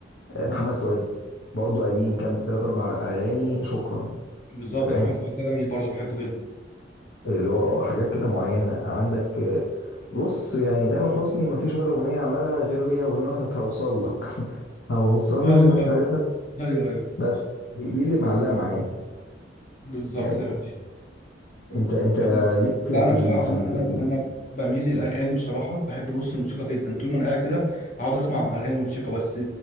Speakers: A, on the left (about 65°); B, on the left (about 45°).
A: آه، محمد فؤاد برضو قديم كام تلات اربع اغاني شكرا
B: بالظبط
A: انت فاهم
B: احمد فؤاد ده جميل برضه بحبه جدا
A: اللي هو اه حاجات كده معينة عندك آه، بص يعني تامر حسني مفيش ولا أغنية عملها غير هي أغنية واحدة بتاعت هوصل لك <laughs> هوصل
B: ايوه
A: لك
B: ايوه
A: عارفها
B: ايوه ايوه
A: بس دي, دي اللي معلقة معايا
B: بالظبط
A: يعني
B: ده حقيقي
A: انت انت
B: انا
A: ليك
B: لا انا
A: في ال...
B: بصراحه
A: في ال...
B: انا انا
A: في ال-
B: أنا بميل للاغاني بصراحه بحب بص الموسيقى جدا طول ما انا قاعد كده اقعد اسمع اغاني وموسيقى بس